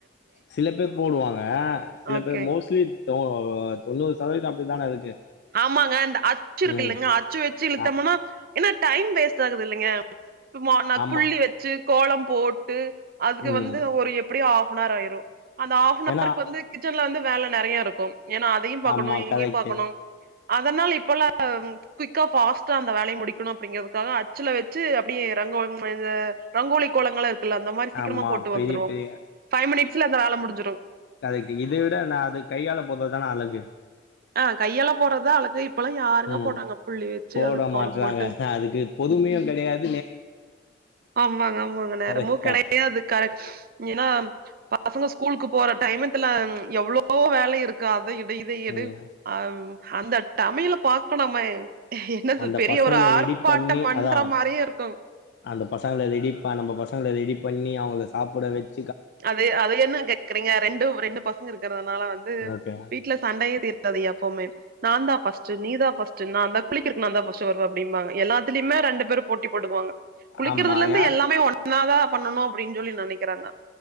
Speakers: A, on the left (about 60°); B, on the right (about 50°).
A: சில பேர் போடுவாங்க சில
B: ஓகே
A: பேர் மோஸ்லி தொ தொண்ணூறு சதவீதம் அப்டி தான இருக்கு
B: ஆமாங்க இந்த அச்சு இருக்கு
A: ம்
B: இல்லங்க அச்சு வச்சு இழுத்தம்மனா
A: ஆ
B: ஏன்னா டைம் வேஸ்ட் ஆகுது இல்லைங்க இப்ப ந
A: ஆமா
B: புள்ளி வச்சு கோலம் போட்டு அதுக்கு
A: ம்
B: வந்து ஒரு எப் டி ஆஃபன் ஹவர் ஆயிரு அந்த ஆஃபன்
A: ஏன்னா
B: ஹவர்க்கு வந்து கிச்சன்ல வந்து வேல நெறையா இருக்கு ஏனா அ அதியு பாக்கணு
A: ஆமா
B: இங்கி
A: கரெக்ட்டு
B: பாக்கணு அதனால இப்பலா குயிக்கா ஃபாஸ்டா அந்த வேலய முடிக்கணு அப்டிங்கறதுக்காக அச்சுல வச்சு அப்டியே ரங்கோ இந்த ரங்கோலி கோலங்கள் இரு க்குல்ல அந்த மாரி சீக்கிரமா
A: ஆமா
B: போட்டு
A: பெரிய
B: வந்துருவோ
A: பெரிய
B: ஃபைவ் மினிட்ஸ்ல அந்த வேல முடிஞ்சிரு
A: கரைட்டு இத விட நா அது கையால போட்றதுதான அழகு
B: ஆ கையால போட்றதா அழகு இப்பல்லா யாருங்க
A: ம்
B: போட்றாங்க புள்ளி வெச்சு
A: போட
B: அதுக் கோலம்
A: மாட்றாங்க
B: போட்டு
A: அதுக்கு பொறுமையு கெடயாது
B: ஆமாங்க ஆமாங்க நேரமு
A: கரெக்டா
B: கெடயாது கரெட் ஏன்னா பசங்க ஸ்கூலுக்கு போற டைமத்துல எவ்ளவோ வேல இருக் க்கா அத இத இத எடு
A: ம்
B: அ அந்த தமிழ பாக்கனுமே என்ன சொல்
A: அந்த
B: பெரிய
A: பசங்கள
B: ஒரு ஆர்ப்பாட்டமன்ற
A: ரெடி பண்ணி அதா
B: மாரியே இருக்
A: அந்த பசங்கள ரெடிப்ப நம்ம பசங்கள ரெடி பண்ணி அவுங்ள சாப்பட வெச்
B: அது அத என்ன கேக்குறீங்க ரெண்டு ரெண்டு பசங்க இருக்கறதுனால வந்து
A: ஓகே
B: வீட் வீட்ல சண்டையே தீர்காது எப்போமே நாந்தா ஃபர்ஸ்டு நீதா ஃபர்ஸ்டு நா தா குளிக்கரக்கு நாந்தா ஃபர்ஸ்டு வரு அப்டிம்பாங்க எல்லாத்திலிமே ரெண்டு பேரு போட்டி போட்டுக்வாங்க குளிக்கறதுல
A: ஆமா
B: இருந்து
A: யார்
B: எல்லாமே ஒன்னாதா பண்ணு அப்டிஞ் சொல்லி நெனைக்குறாங்க